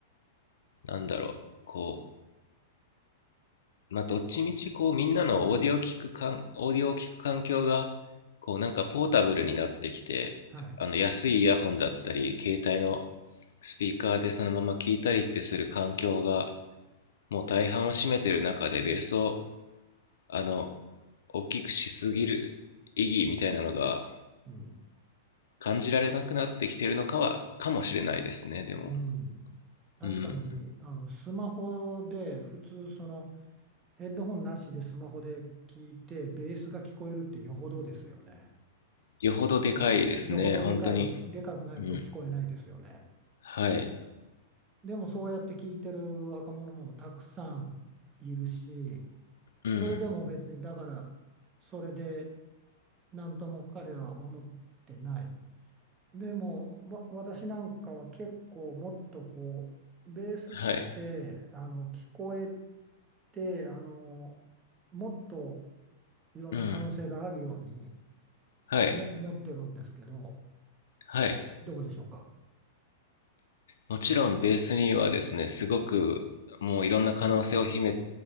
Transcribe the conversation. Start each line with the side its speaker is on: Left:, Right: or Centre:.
Left: なんだろう、こう、まあどっちみちこうみんなのオーディオを聞くかん、オーディオを聞く環境がこうなんかポータブルになってきて、
Right: はい。
Left: あの安いイヤホンだったり、携帯のスピーカーでそのまま聞いたりってする環境がもう大半を占めてる中でベースをあの、大きくしすぎる意義みたいなのが
Right: うん。
Left: 感じられなくなってきてるのかは、かもしれないですね、でも。
Right: うん。確かに、
Left: うん。
Right: あの、スマホで、普通、その、ヘッドホンなしでスマホで聞いて、ベースが聞こえるってよほどですよね。
Left: よほどでかいですね、
Right: おそらく。よほどでかい、
Left: 本当に。
Right: でかくないと聞こえないですよね。
Left: うん。はい。
Right: でも、そうやって聞いてる若者もたくさんいるし、
Left: うん。
Right: それでも別に、だから、それで、なんとも彼らは思ってない。でも、わ私なんかは結構もっとこう、ベースって、
Left: はい。
Right: あの、聞こえて、あの、もっといろんな可能性があるように
Left: うん。はい。
Right: 思、思ってるんですけど、
Left: はい。
Right: どうでしょうか。
Left: もちろんベースにはですね、すごくもういろんな可能性を秘め、